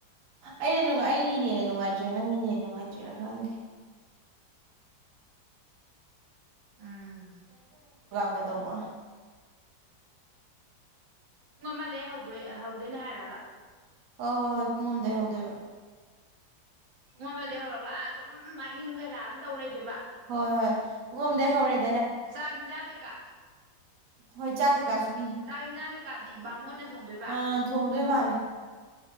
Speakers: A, on the right (about 60°); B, on the right (about 75°).
A: ꯑꯩꯅ ꯑꯩꯒꯤ ꯅꯦꯠꯅ ꯅꯨꯡꯉꯥꯏꯇ꯭ꯔꯦ ꯅꯪꯒꯤ ꯅꯦꯠꯅ ꯅꯨꯡꯉꯥꯏꯇ꯭ꯔꯤꯔ ꯈꯪꯗꯦ
B: ꯎꯝ
A: ꯀꯗꯧꯕ
B: ꯄꯨꯡ ꯑꯃꯗꯒꯤ ꯍꯧꯗꯣꯏ ꯍꯧꯗꯣꯏꯅꯦ ꯍꯥꯏꯔꯕ
A: ꯍꯣꯏ ꯍꯣꯏ ꯍꯣꯏ ꯄꯨꯡ ꯑꯝꯗꯥꯏ ꯍꯧꯗꯣꯏꯕ
B: ꯄꯨꯡ ꯑꯃꯗꯤ ꯍꯧꯔꯛꯒ ꯑꯥ ꯑꯗꯨꯝ ꯑꯍꯤꯡ ꯀꯩꯀꯥ ꯇꯧ ꯂꯩꯗꯣꯏꯕ
A: ꯍꯣꯏ ꯍꯣꯏ <unintelligible> ꯒꯣꯝꯗꯩ ꯍꯧꯔꯦ
B: ꯆꯥꯛ ꯌꯦꯟꯁꯥꯡ ꯀꯩꯀꯥ
A: ꯍꯣꯏ ꯆꯥꯛ ꯀꯩꯀꯥꯁꯨ ꯄꯤ
B: ꯆꯥꯛ ꯌꯦꯟꯁꯥꯡ ꯀꯩꯀꯥꯗꯤ ꯕꯥꯃꯣꯟꯅ ꯊꯣꯡꯗꯣꯏꯕ
A: ꯑꯥ ꯊꯣꯡꯗꯣꯏ ꯃꯥꯜꯂꯦ